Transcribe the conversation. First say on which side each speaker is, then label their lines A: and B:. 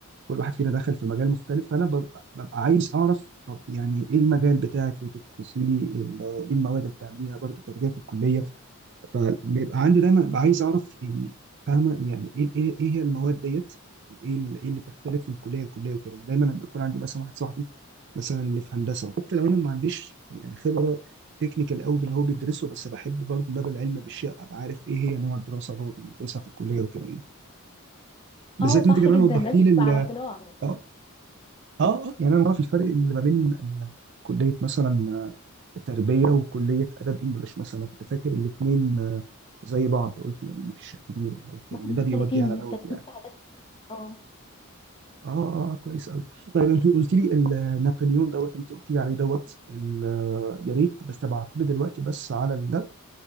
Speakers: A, on the right; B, on the left.
A: كل واحد فينا دخل في مجال مختلف فانا ببقى, ببقى عايز اعرف طب يعني ايه المجال بتاعك اللي بتدرسيه ال- ايه المواد اللي بتعمليها برضه بتاخديها في الكليه فبيبقى عندي دايما ببقى عايز اعرف إيه- فاهمه يعني ايه ايه إيه هي المواد ديت وايه ال- ايه اللي بتختلف من كليه لكليه وكده يعني دايما لما يكون عندي مثلا واحد صاحبي مثلا اللي في هندسه حتى لو انا ما عنديش يعني خبره تكنيكال قوي باللي هو بيدرسه بس بحب برضه ان انا ابقى العلم بالشيء ابقى عارف ايه هي نوع الدراسه اللي هو بيدرسها في الكليه وكده يعني بالذات
B: اه صح
A: انت كمان
B: جدا
A: وضحتي
B: لازم
A: لي
B: تبقى
A: ال-
B: على <laughs> اطلاع
A: اه اه آه، يعني انا بعرف الفرق اللي ما بين ال- كليه مثلا آه، تربيه وكليه ادب انجليش مثلا أنا كنت فاكر الاثنين زي بعض قلت يعني ما فيش كبير يعني قلت
B: مختلفين
A: يعني ده بيودي على دوت
B: مختلفين
A: يعني
B: في حاجات اه
A: اه اه آه، كويس قوي طيب انت قلت لي ال- نابليون دوت انت قلت لي عليه دوت ال- آه، يا ريت بس تبعته لي دلوقتي بس على الدب